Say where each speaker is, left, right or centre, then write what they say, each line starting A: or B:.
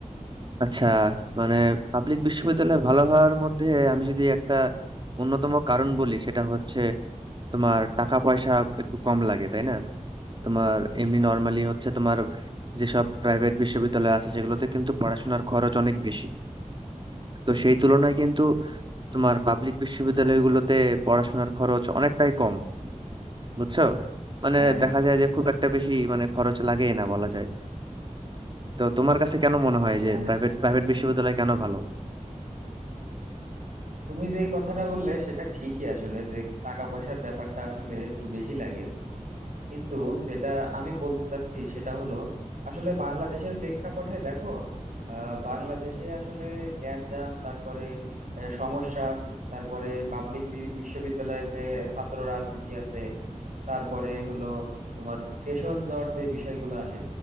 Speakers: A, on the right; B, on the right.
A: আচ্ছা মানে পাবলিক বিশ্ববিদ্যালয়ে ভালো হওয়ার মধ্যে আমি যদি একটা অন্যতম কারণ বলি সেটা হচ্ছে তোমার টাকা পয়সা একটু কম লাগে তাই না তোমার এমনি নর্মালি হচ্ছে তোমার যেসব প্রাইভেট বিশ্ববিদ্যালয় আছে সেগুলোতে কিন্তু পড়াশোনার খরচ অনেক বেশি তো সেই তুলনায় কিন্তু তোমার পাবলিক বিশ্ববিদ্যালয়গুলোতে পড়াশোনার খরচ অনেকটাই কম বুঝছো মানে
B: হ্যাঁ
A: দেখা যায় যে খুব একটা বেশি মানে খরচ লাগেই না বলা যায় তো তোমার কাছে কেন মনে
B: হ্যাঁ
A: হয় যে প্রাইভেট প্রাইভেট বিশ্ববিদ্যালয় কেন ভালো
B: তুমি যে কথাটা বললে সেটা ঠিকই আসলে যে টাকা পয়সার ব্যাপারটা আসলে একটু বেশি লাগে কিন্তু যেটা আমি বলতে চাচ্ছি সেটা হলো আসলে বাংলাদেশের প্রেক্ষাপটে দেখো আহ, বাংলাদেশে আসলে গ্যাঞ্জাম তারপরে আহ, সমস্যা তারপরে পাবলিক বিশ্ববিদ্যালয়ে যে ছাত্র রাজনীতি আছে তারপরে হলো তোমার সেশন জট যে বিষয়গুলো আসে